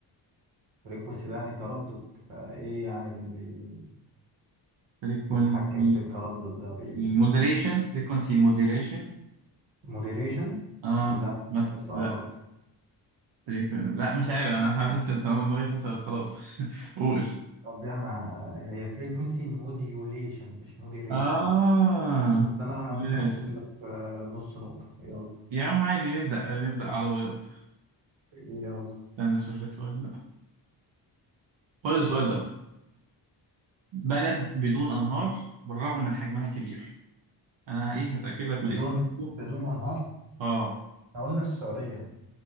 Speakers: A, on the right (about 80°); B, on the right (about 70°).
A: فريكونسي ده يعني تردد فايه يعني اللي بي...
B: فريكونسي
A: بيتحكم في التردد ده بي...
B: مودريشن فريكونسي مودريشن
A: موديريشن
B: اه
A: لا
B: مثلا
A: بس قربت
B: لا فريكون... لا مش عارف انا هحس إن طالما دماغي فصلت خلاص <laughs> قول
A: طب دي انا هي فريكونسي موديوليشن مش موديريشن
B: اه
A: بس انا
B: ماشي
A: ممكن احسب لك آه، نص نقطة يلا
B: يا عم عادي نبدأ نبدأ على بياض
A: يلا
B: استنى اشوف لك سؤال بقى خد السؤال ده بلد بدون انهار بالرغم من حجمها كبير انا ايه هتأكد لك
A: بدون
B: من الاجابة
A: بدون انهار
B: اه
A: إحنا قلنا السعودية